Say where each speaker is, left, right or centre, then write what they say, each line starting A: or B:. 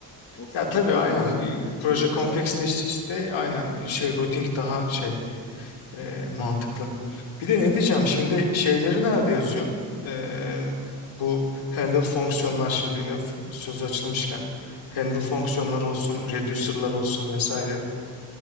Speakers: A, on the left; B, on the left.
A: O sıkıntılı
B: Ya tabii aynen
A: bir iş yani büyük
B: e, proje
A: projelerde.
B: kompleksleşti işte aynen
A: Hı hı.
B: şey routing daha şey
A: Hı hı.
B: e, mantıklı. Bir de
A: Evet,
B: ne diyeceğim
A: evet.
B: şimdi şeyleri nerede yazıyorsun? E, bu handle fonksiyonlar şimdi laf sözü açılmışken handle fonksiyonlar olsun, reducer'lar olsun vesaire.